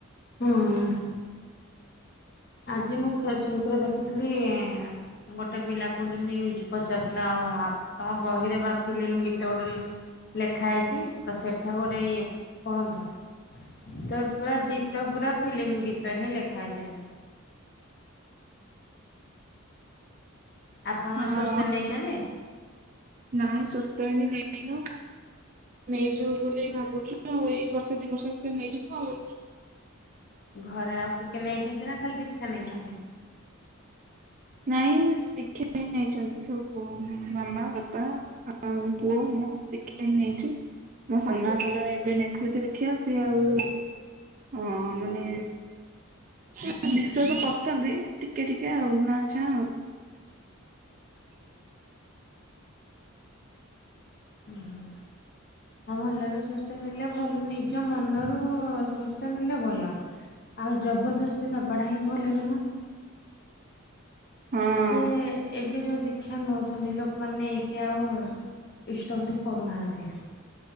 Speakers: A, on the left; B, on the right.
A: ହଁ <unintelligible> ଆଜି ମୁଁ ଫେସବୁକରେ ଦେଖୁଥିଲି ଇଁ ଗୋଟେ ପିଲାକୁ <unintelligible> ନ୍ୟୁଜ୍ ପଚାରୁଥିଲା ଆଉ ତମ ବହିରେ ବା ଫିଲ୍ମ ଗୀତ ଗୋଟେ ଲି ଲେଖା ହେଇଛି ତ ସେଠାକୁ ଗୋଟେ ଇଏ ପଢନ୍ତୁ। ତୋର ପୁରା ଡିଟୋ ପୁରା ଫିଲ୍ମ ଗୀତ ହିଁ ଲେଖା ହେଇଚି ଏଥିରେ। ଆପଣମାନେ
B: ହଁ
A: ସ୍ବସ୍ତି ନେଇଛନ୍ତି?
B: ନାଇଁ ସ୍ଵସ୍ତ ଆମେ ନେଇନୁ। ନେଇଯିବୁ ବୋଲି ବି ଭାବୁଛୁ ଏଇ ବର୍ଷେ ଦି ବର୍ଷ ଭିତରେ ନେଇଯିବୁ ଆଉ।
A: ଘରେ ଆଉ କିଏ କିଏ ନେଇଛନ୍ତି ନା ଖାଲି ଦୀକ୍ଷା ନେଇଛନ୍ତି?
B: ନାଇଁ ଦୀକ୍ଷା ନେଇଯାଇଛନ୍ତି ସବୁ ଉଁ ମାମା ବାପା। ଆଉ ପୁଅ ମୁଁ ଦୀକ୍ଷା ନେଇଛୁ। ମୋ ସାନାଆପା ଜଣେ ଏବେ ନେଇଥିଲେ ଯେ ଦୀକ୍ଷା ସିଏ ଆଉ ଅଁ ମାନେ ସିଏ ବିଶ୍ଵାସ କରୁଚନ୍ତି ଟିକେ ଟିକେ ଆଉ ନା ଛା ଆଉ।
A: ହୁଁ ହୁଁ। ଆଉ ଭଲ ବି ସ୍ଵସ୍ତିକ୍ ନେଲେ ଭଲ ନିଜ ମନରୁ ସ୍ବସ୍ତେ ନେଲେ ଭଲ। ଆଉ ଜବରଦସ୍ତି ନବାଟା ହିଁ ଭଲ ନୁହଁ।
B: ହଁ।
A: ଏବେ ଏବେ ଯୋଉ ଦୀ କ୍ଷା ନଉଛନ୍ତି ଲୋକମାନେ ନେଇକି ଆଉ ଇଷ୍ଟବୁତ୍ତି କରୁନାହାଁନ୍ତି।